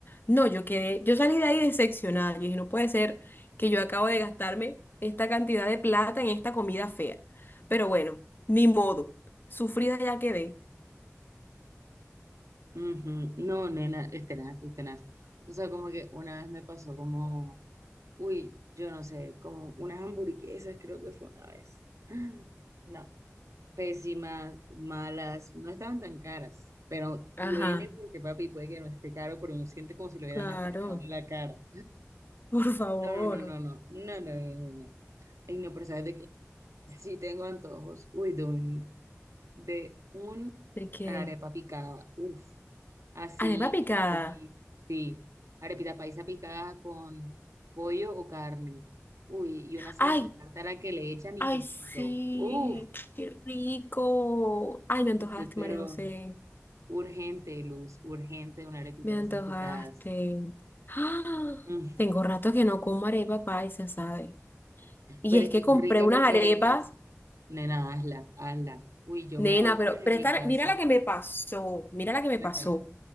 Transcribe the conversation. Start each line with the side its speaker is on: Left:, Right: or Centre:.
Left: No, yo quedé, yo salí de ahí decepcionada. Yo dije, no puede ser que yo acabo de gastarme esta cantidad de plata en esta comida fea. Pero bueno, ni modo. Sufrida ya quedé.
Right: Ujú. No, nena, es tenaz, es tenaz. O sea, como que una vez me pasó como, uy, yo no sé, como unas hamburguesas creo que fue una vez. No, pésimas, malas, no estaban tan caras, pero
Left: Ajá,
Right: duele porque papi puede que no esté caro, pero uno siente como si lo hubieran
Left: claro.
Right: atracado en la cara.
Left: <laughs> Por favor.
Right: No, no, no, no, no, no, no, no, no. no. no. Ay, no, pero ¿sabes de qué? Sí tengo antojos. Uy, de un, de un
Left: ¿De qué?
Right: arepa picada. Uf, así
Left: Arepa picada.
Right: con pollo. Sí, arepita paisa picada con pollo o carne. Uy, y una salsa
Left: Ay,
Right: tártara que le echan y
Left: ay,
Right: quesito.
Left: sí,
Right: Uf,
Left: qué rico. Ay, me antojaste,
Right: estoy pero
Left: María José.
Right: urgente, Luz, urgente una arepita
Left: Me
Right: de
Left: antojaste.
Right: esas picadas.
Left: ¡Ah!
Right: Mm,
Left: Tengo rato que no como arepa paisa, ¿sabes? Y
Right: pero
Left: es
Right: es
Left: que
Right: que es
Left: compré
Right: rica
Left: unas
Right: porque
Left: arepas.
Right: es... Nena, hazla, hazla. Uy, yo
Left: Nena,
Right: me hago unas
Left: pero,
Right: en
Left: pero
Right: mi
Left: esta-
Right: casa.
Left: mira la que me pasó, mira la que me
Right: Cuéntame.
Left: pasó.